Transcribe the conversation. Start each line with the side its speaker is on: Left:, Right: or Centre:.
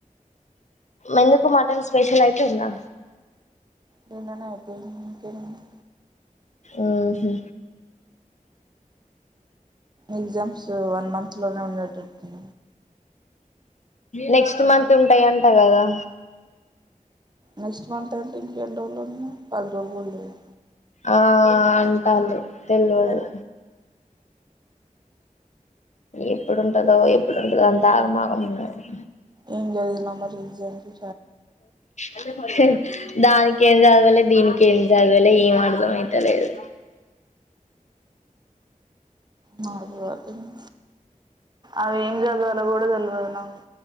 Left: ఏందుకు మటన్ స్పెషల్ అయిపోయిందా
Right: నిన్ననే అయిపోయింది ఇంకేముంది
Left: ఉహు
Right: ఎగ్జామ్స్ వన్ మంత్ ఇంట్లోనే ఉన్నది ట్రిప్తి
Left: నెక్స్ట్ మంత్ ఉంటాయి అంట కదా
Right: నెక్స్ట్ మంత్ అంటే ఇంకెన్ని రోజులు ఉన్నాయి, పది రోజులు కూడ లేదు
Left: ఆ అంటల్లు తెల్వది ఎప్పుడు ఉంటదో ఎప్పుడు ఉండదో అంతా ఆగమాగం ఉన్నది
Right: ఏం చదివినవ్ మరి ఏం చదివి
Left: ఎండకు వచ్చే దానికి ఏం చదువలే దీనికి ఏం చదవలే ఏం అర్ధం అయిత లేదు
Right: నాగూడ అర్థమై అవి ఎంచదువాలో గూడ తెల్వ పద్నాలుగు